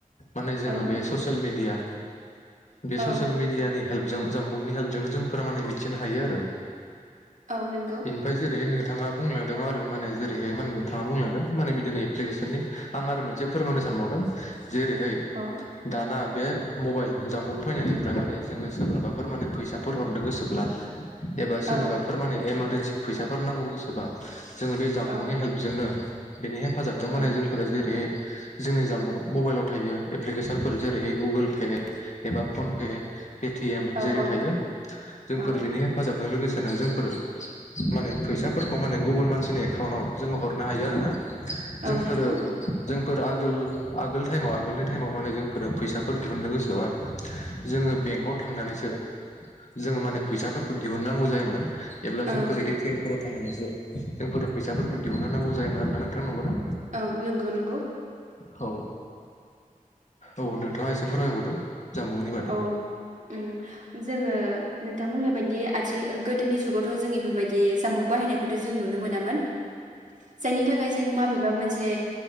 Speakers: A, on the left; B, on the right.
A: माने जोंङो
B: औ
A: बे ससियेल मिडिया बे
B: औ
A: ससियेल मिडया नि हेलप जों जामबुंनि हेल्पजोंनो जों फोरो मिथिनो हायो आरो
B: औ नंगौ
A: बेनिफ्राय जेरै नो थांङा बुंलांदों आरो माने जेरैहाय मान थांङा बुंलांदों माने बिदिनो एप्लिकेसननि आं आरो मोनसे फोरमायनो सानबावदों। जेरैहाय
B: औ
A: दाना बे मबाइल जामबुं फैनायनिफ्राय माने जोंङो सोरनोबाफोर माने फैसाफोर हरनो गोसोब्ला एबा
B: औ
A: सोरनिबाफोर माने एमार सि फैसाफोर नांगौ गोसोबा जो बे जामबुंनि
B: औ
A: हेल्प नो बेनि हेफ फाजाबजों
B: उम
A: माने जोंफोरा जेरै जोंनि जाम्बुं मबाइलाव थायो एप्लिकेसनफोर जेरैहाय गुगोल पे एबा फनपे। पेटिएम
B: औ
A: जेरै
B: औ
A: थायो जोंफोर
B: औ
A: बेनो हेफाजाब जों लोगोसेनो जोंफोरो माने फैसाफोरखौ माने गुबुन मानसिनि एकाउन्टाव जोङो हरनो हायो आरो ना।
B: औ
A: जोंफोरो
B: नंगौ
A: जोंफोर आगोल आगोल टाइमाव आगोलनि टाइमाव माने जोंफोर फैसाफोर दिहुननो गोसोबा जोङो बेंकआव थांनानैसो जोङो माने फैसाफोरखौ दिहुननांगौ जायोमोन। एब्ला
B: औ
A: जोंफोर ए टि एम फोर थांनानैसो जोंफोर फैसाफोर बेफोर दिहुननोनांगौ जायोमोन आरोना नोंथां नंगौना?
B: औ नोंगौ नोंगौ।
A: हौ। औ नोंथाङा एसे फोरमायबावदो। जामबुंनि बादै
B: औ उम जोङो नोंथां बुंनाय बायदि आथि ओयो गोदोनि जुगावथ' जों इफोरबायदि सामबुक बाहायनायखौथ' जों नुनो मोनामोन। जायनि थाखाय जों माबेबा मोनस हे